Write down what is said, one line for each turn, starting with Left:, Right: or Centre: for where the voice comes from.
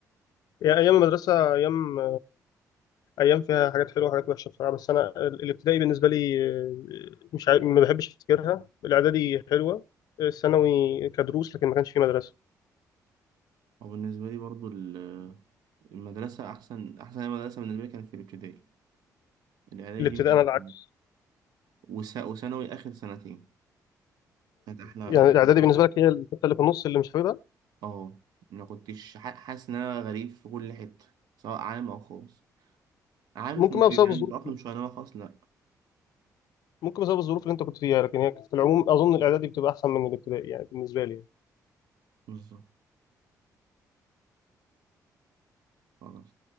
Left: يا- ايام المدرسه ايام ايام فيها حاجات حلوه وحاجات وحشه بصراحه بس انا ال- الابتدائي بالنسبه لي آه، مش عارف ما بحبش افتكرها الاعدادي حلوه الثانوي كدروس لكن ما كانش في مدرسه
Right: وبالنسبه لي برضو ال- المدرسه احسن احسن مدرسه بالنسبه لي كانت في الابتدائي الاعدادي
Left: الابتدائي
Right: دي مش-
Left: انا العكس
Right: وس- وثانوي اخر سنتين كانت احلى
Left: يعني
Right: احلى
Left: الاعدادي بالنسبه لك هي الحته اللي في النص اللي مش حاببها
Right: اه ما كنتش ح- حاسس ان انا غريب في كل حته سواء عام او خاص عام
Left: ممكن
Right: كنت
Left: بقى
Right: يعني
Left: بسبب الظروف
Right: متأقلم شويه انما خاص لا
Left: ممكن بسبب الظروف اللي انت كنت فيها لكن هي في العموم اظن الاعدادي بتبقى احسن من الابتدائي يعني بالنسبه لي
Right: بالظبط خلاص